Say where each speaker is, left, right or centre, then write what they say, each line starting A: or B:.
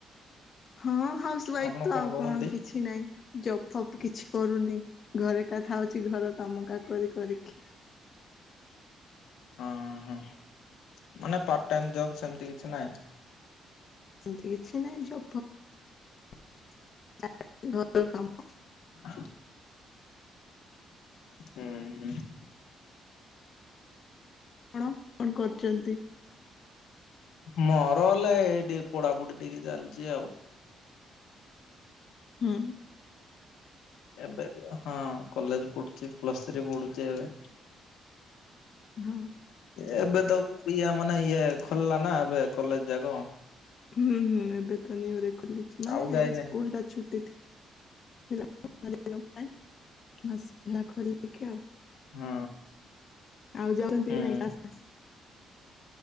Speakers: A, on the left; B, on the left.
A: ହଁ ହାଉସ ୱାଇଫ୍
B: ଆପଣ
A: ତ, ଆଉ
B: କରନ୍ତି?
A: କଣ କିଛି ନାହିଁ? ଜପ୍ ଫପ୍ କିଛି କରୁନି ଘରେ କଥା ଅଉଛି ଘର କାମ କା କରି କରିକି।
B: ଉଁ ହୁଁ ମାନେ ପାର୍ଟ ଟାଇମ ଜବ ସେମିତି କିଛି ନହିଁ?
A: ଏମତି କିଛି ନହିଁ ଜବ। <unintelligible>
B: ହ। ହୁଁ ହୁଁ।
A: ଆପଣ କଣ କରୁଛନ୍ତି?
B: ମୋର ହେଲା ଏଇ ଟିକେ ପଡାପଡି ଟିକେ ଚାଲିଛି ଆଉ।
A: ହୁଁ।
B: ଏବେ ହଁ କଲେଜ ପଢୁଛି ପ୍ଲସ୍ ଥ୍ରୀ ପଢୁଛି ଏବେ।
A: ହଁ।
B: ଏ ଏବେ ତ ଇଏ ମାନେ ଇଏ ଖୋଲିଲା ନା ଏବେ କଲେଜ ଯାକ।
A: ହୁଁ ହୁଁ ଏବେ ତ ନିୟୁ ରେ ଖୋଲିଛି ମାନେ
B: ଆଉ ଯାଇନି
A: ସ୍କୁଲ ଟା ଛୁଟି <unintelligible>
B: ହୁଁ।
A: ଆଉ ଜଗ
B: ହୁଁ
A: ନାଇଁ ପାସ ଫାସ।